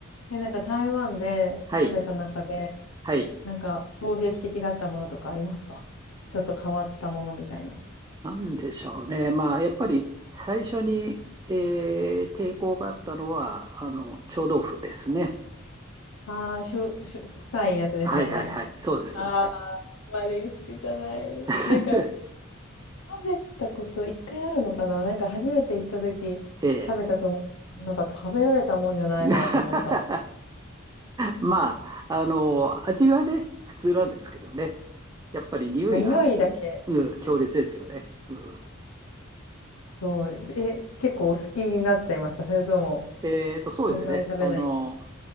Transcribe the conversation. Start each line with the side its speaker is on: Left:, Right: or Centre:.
Left: え、なんか台湾で食べた中で、
Right: はい。はい。
Left: なんか衝撃的だったものとかありますかちょっと変わったものみたいな。
Right: なんでしょうね。まあ、やっぱり最初に、えー抵抗があったのは、あの、臭豆腐ですね。
Left: ああ、しゅ、しゅ、臭いやつですよね。
Right: はいはいはい。そうです。
Left: ああ、あんまり好きじゃない。
Right: <laughs>
Left: なんか、食べたこと一回あるのかななんか初めて行った時食べたと思う。
Right: ええ。
Left: なんか食べられたもんじゃないなと思ったの。
Right: <laughs> まあ、あの、味はね、普通なんですけどね。やっぱり匂いが、
Left: あ、匂いだけ。
Right: うん強烈ですよね。うん、
Left: そう。え、結構お好きになっちゃいました。それとも、
Right: えーと、そうですね。
Left: そんなに食べないけど。
Right: あの、